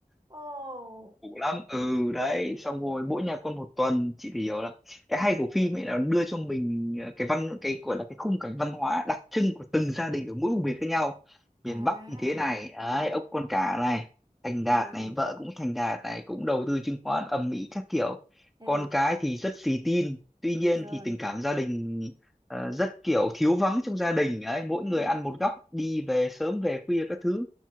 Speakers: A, on the right; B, in the centre.
A: Ồ,
B: cũ lắm ừ đấy xong rồi mỗi nhà con một tuần chị thì hiểu là cái hay của phim ấy là nó đưa cho mình ờ, cái văn cái gọi là cái khung cảnh văn hóa đặc trưng của từng gia đình ở mỗi vùng miền khác nhau miền
A: à,
B: Bắc thì thế này đấy ốc con cả này thành
A: rồi,
B: đạt này vợ cũng thành đạt này cũng đầu tư chứng khoán ầm ĩ các kiểu
A: ừ,
B: con cái thì rất xì tin tuy nhiên
A: rồi,
B: thì tình cảm gia đình ờ, rất kiểu thiếu vắng trong gia đình đấy mỗi
A: ừ,
B: người ăn một góc đi về sớm về khuya các thứ